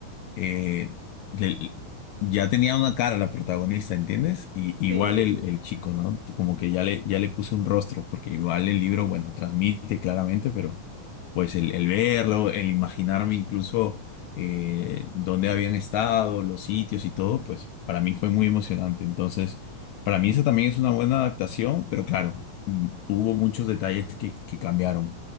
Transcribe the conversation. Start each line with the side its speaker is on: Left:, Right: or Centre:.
Left: eh, le- ya tenía una cara la protagonista, ¿entiendes? Y igual
Right: Sí, sí,
Left: el,
Right: sí.
Left: el chico, ¿no? Como que ya le, ya le puso un rostro, porque igual el libro, bueno, transmite claramente, pero pues el, el verlo, el imaginarme incluso eh, dónde habían estado, los sitios y todo, pues para mí fue muy emocionante. Entonces, para mí esa también es una buena adaptación, pero claro, mm, hubo muchos detalles que, que cambiaron,